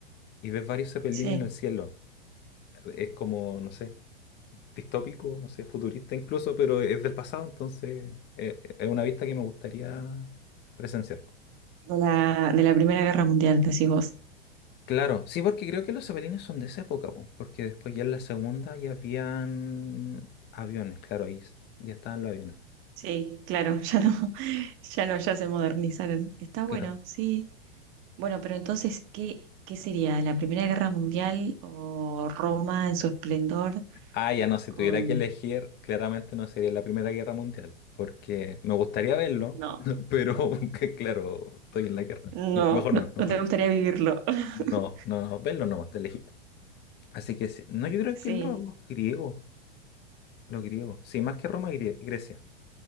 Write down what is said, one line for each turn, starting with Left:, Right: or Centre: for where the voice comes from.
Left: y ves varios zeppelines
Right: sí.
Left: en el cielo. Es como, no sé, distópico, no sé, futurista incluso, pero es del pasado, entonces eh, eh, es una vista que me gustaría presenciar.
Right: De la, de la Primera Guerra Mundial, decís vos.
Left: Claro, sí, porque creo que los zeppelines son de esa época, po, porque después ya en la segunda ya habían aviones, claro, ahí s- ya estaban los aviones.
Right: Sí, claro, <laughs> ya no, ya no, ya se modernizaron. Está
Left: Claro.
Right: bueno, sí. Bueno, pero entonces, ¿qué, qué sería? ¿La Primera Guerra Mundial o Roma en su esplendor?
Left: Ah, ya no, si
Right: Con...
Left: tuviera que elegir, claramente no sería la Primera Guerra Mundial, porque me gustaría verlo,
Right: No,
Left: <laughs> pero <laughs> que claro, estoy en la guerra.
Right: no,
Left: Me- Mejor
Right: no,
Left: no, mejor
Right: no te
Left: no.
Right: gustaría vivirlo. <laughs>
Left: No, no, no, verlo nomás, del Egipto. Así que sí, no, yo creo
Right: Sí,
Left: que los griegos, los griegos, sí, más que Roma, Grie- Grecia,